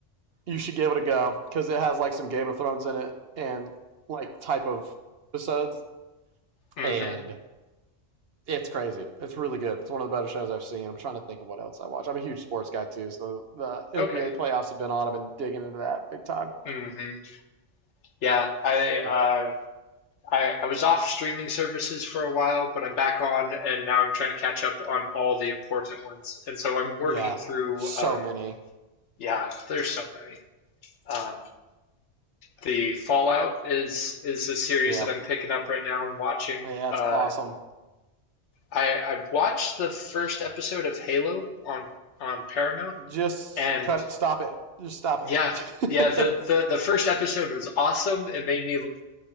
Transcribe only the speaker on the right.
you should give it a go because it has like some Game of Thrones in it and like type of episodes,
and it's crazy. It's really good. It's one of the better shows I've seen. I'm trying to think of what else I watch. I'm a huge sports guy too, so the NBA
playoffs have been on. I've been digging into that big time.
Yep.
Yeah.
So
many.
Yeah.
Yeah, that's
awesome.
Just
cut it. Stop it. Just stop
it.